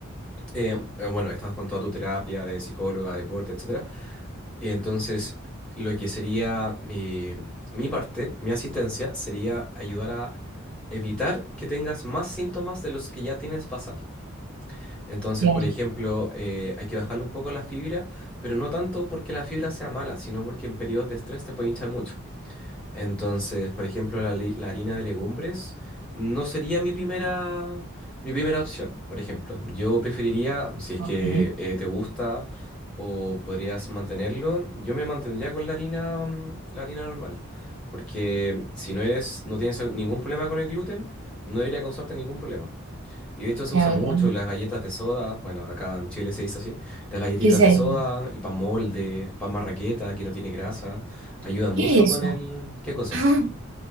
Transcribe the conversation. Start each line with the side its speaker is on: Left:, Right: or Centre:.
Centre: eh, eh, bueno, estás con toda tu terapia de psicóloga, deporte, etcétera. Entonces, lo que sería mi, mi parte, mi asistencia, sería ayudar a evitar que tengas más síntomas de los que ya tienes basal. Entonces,
Right: Claro,
Centre: por ejemplo, eh, hay que bajarle un poco la fibra, pero no tanto porque la fibra sea mala, sino porque en periodos de estrés te puede hinchar mucho. Entonces, por ejemplo, la, li- la harina de legumbres no sería mi primera, mi primera opción, por ejemplo. Yo preferiría, si es
Right: ok.
Centre: que eh, te gusta o podrías mantenerlo, yo me mantendría con la harina, mm, la harina normal. Porque si no eres, no tienes ningún problema con el gluten, no debería causarte ningún problema. Y de hecho se
Right: Claro,
Centre: usa mucho
Right: también.
Centre: las galletas de soda, bueno, acá en Chile se dice así, las galletitas
Right: ¿Qué sería?
Centre: de soda, el pan molde, pan marraqueta que no tiene grasa, ayuda mucho
Right: ¿Qué es
Centre: con
Right: eso?
Centre: el... ¿Qué cosa?
Right: <laughs>